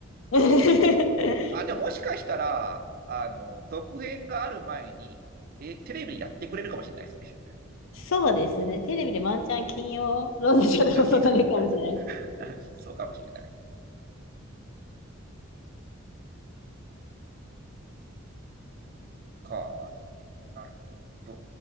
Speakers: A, on the left; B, on the right.
A: <laughs>。
B: あ、じゃあもしかしたら、あの、続編がある前に、え、テレビやってくれるかもしれないですね。
A: そうですね。テレビでワンチャン金曜ロードショーで放送されるかもしれない
B: うんき、き、<laughs> そうかもしれない。か、なるほど。